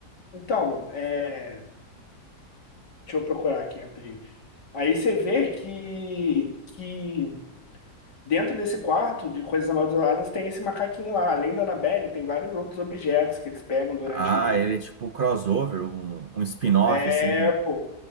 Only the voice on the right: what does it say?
Ah, ele é tipo crossover, um, um spin-off,
assim.